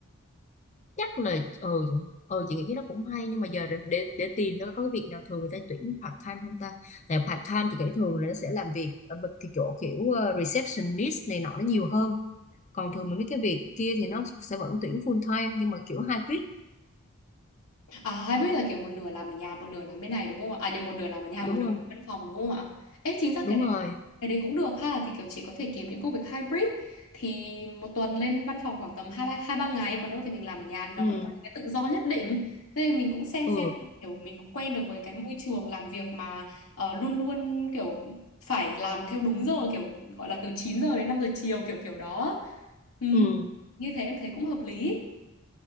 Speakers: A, on the left; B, on the left.
A: chắc là ừ ừ chị nghĩ cái đó cũng hay nhưng mà giờ để để, để tìm nó có cái việc nào thường người ta tuyển part time không ta tại part time chị nghĩ thường là nó sẽ làm việc ở bên cái chỗ kiểu ờ, receptionist này nọ nó nhiều hơn còn thường mà mấy cái việc kia thì nó sẽ vẫn tuyển full time nhưng mà kiểu hybrid
B: À, hybrid là kiểu một nửa làm ở nhà, một nửa làm bên này đúng không ạ? À nhầm, một nửa làm ở nhà,
A: đúng
B: một nửa
A: không
B: làm văn phòng đúng không ạ? Ê, chính xác
A: đúng
B: cái đấy
A: rồi
B: cái đấy cũng được ha. Thì kiểu chị có thể kiếm những công việc hybrid thì một tuần lên văn phòng khoảng tầm hai ba hai ba ngày, còn đâu thì mình làm ở nhà thì nó
A: ừ
B: vẫn có những cái tự do nhất định. Thế mình cũng xem
A: ừ
B: xem là kiểu mình cũng quen được với cái môi trường làm việc mà ờ, luôn luôn kiểu phải làm theo đúng giờ kiểu gọi là từ 9 giờ đến 5 giờ chiều kiểu kiểu đó. Ừ,
A: ừ
B: như thế em thấy cũng hợp lý.